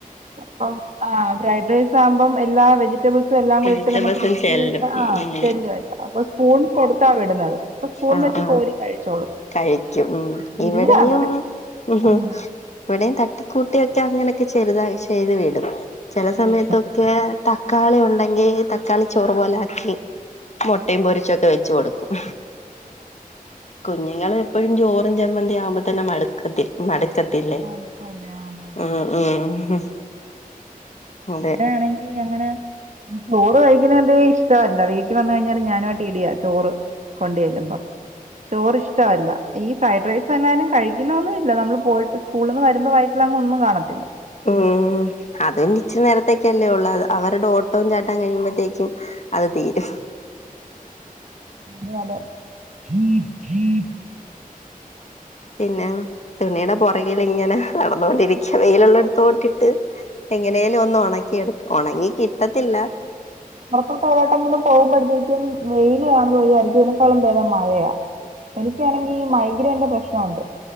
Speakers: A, on the right; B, on the left.
A: അപ്പം ആഹ് ഫ്രൈഡ് റൈസ് അകുമ്പം എല്ലാ വെജിറ്റബിൾ സും എല്ലാം കൂടി
B: വെജിറ്റബിൾസും
A: ഇട്ട് നമുക്ക് മിക്സ്
B: ചെല്ലും
A: ചെയ്ത്ട്ട് ആഹ്
B: ഉം
A: ചെല്ലുവെല്ലോ അപ്പൊ സ്പൂൺ കൊടുത്താ വിടുന്നത് അപ്പ സ്പൂൺ
B: ആഹ്
A: വെച്ച്
B: ആഹ്
A: കോരി കഴിച്ചോളും
B: കഴിക്കും ഉം ഇവിടെയും
A: ഇല്ല അങ്ങനെ
B: ഉം
A: ഉം
B: ഇവിടെയും തട്ടിക്കൂട്ടിയൊക്കെ അങ്ങനെയൊക്കെ ചെറുതായി ചെയ്ത് വിടും ചില
A: ഉം
B: സമയത്തൊക്കെ തക്കാളി ഉണ്ടെങ്കി തക്കാളി ചോറ് പോലെ ആക്കി മുട്ടയും പൊരിച്ചൊക്കെ വെച്ച് കൊടു ക്കും കുഞ്ഞുങ്ങള് എപ്പോഴും ചോറും ചമ്മന്തിയാവുമ്പോ തന്നെ മടുക്കത്തി മടക്കത്തില്ലേ
A: മടുപ്പല്ലേ അതെ അതെ.
B: ഉം ഉം അതെ
A: ഇവിടൊയാണെങ്കി അങ്ങനെ ചോറ് കഴിക്കുന്നാതെ ഇഷ്ടവല്ല വീട്ടി വന്ന് കഴിഞ്ഞാലും ഞാനുമായിട്ട് ഇടിയാ ചോറ് കൊണ്ട് ചല്ലുമ്പം ചോറ് ഇഷ് ഇഷ്ടമല്ല ഈ ഫ്രൈഡ് റൈസ് വന്നാലും കഴിക്കുന്നൊന്നുമില്ല നമ്മൾ പോയിട്ട് സ്കൂളിൽ നിന്ന് വരുമ്പോൾ വയട്ടിൽ അങ് ഒന്നും കാണത്തില്ല
B: ആ അതും കുറച്ച് നേരത്തേക്കല്ലേ ഉള്ളൂ അത് അവരുടെ ഓട്ടവും ചാട്ടവും കഴിയുമ്പോഴത്തേക്കും അത് തീരും
A: ഉ അതെ അതെെ
B: പിന്നെ തുണിയുടെ പുറകിൽ ഇങ്ങനെ നടന്നുകൊണ്ടിരിക്കും വെയിലുള്ള
A: അതെ
B: അടുത്തോട്ടിട്ട് എങ്ങനേലും ഒന്ന്ും ഉണക്കിെടുക്കും ഉണങ്ങി കിട്ടത്തില്ല
A: ഇ പുറത്തോട്ടെവിടേക്കെങ്കിലും പോകുമ്പോഴത്തേക്കും വെയിൽ കാണു മ്പൊ വിചാരിക്കും ഇതിനെക്കാളും ബേദം മഴയാാ എനിക്കാണെങ്കിൽ ഈ മൈഗ്രൈന്റെ പ്രശ്നമുണ്ട്